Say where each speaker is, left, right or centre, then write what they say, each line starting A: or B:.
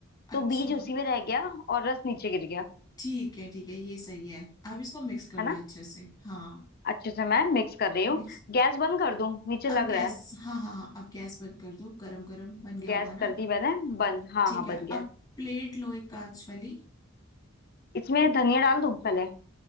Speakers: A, on the left; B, on the left.
A: अच्छा
B: तो बीज उसी में रह गया और रस नीचे गिर गया
A: ठीक है ठीक है ये सही है अब इसको मिक्स कर
B: है
A: लो
B: ना
A: अच्छे से हाँ
B: अच्छे से मैं मिक्स कर रही हूँ
A: मिक्स
B: गैस बंद कर दूं नीचे
A: अब
B: लग
A: गैस
B: रहा है
A: हाँ हाँ हाँ अब गैस बंद कर दो गरम गरम बन गया
B: गैस
A: होगा
B: कर
A: ना
B: दी मैंने बंद हाँ
A: ठीक
B: हाँ
A: है
B: बन गया
A: अब
B: है
A: प्लेट लो एक कांच वाली
B: इसमें धनिया डाल दूं पहले